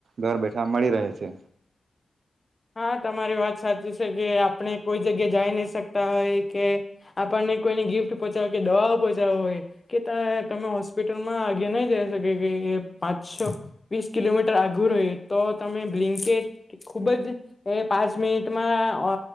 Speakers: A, on the right; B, on the left.
A: ઘર બેઠા મળી રહે છે.
B: હા તમારી વાત સાચી છે કે આપણે કોઈ જગ્યા જાઈ નહી શકતા હોય કે આપણને કોઈને ગિફ્ટ પહોંચાડ કે દવાઓ પહોંચાડવા હોય કે તા તમે હોસ્પિટલમાં આગે નહી જઈ શકે કે પાંચસો વીસ કિલોમીટર આઘુ રહ્યુ તો તમે બ્લીન્કીટ ખુબ જ... એ પાંચ મિનિટમાં અ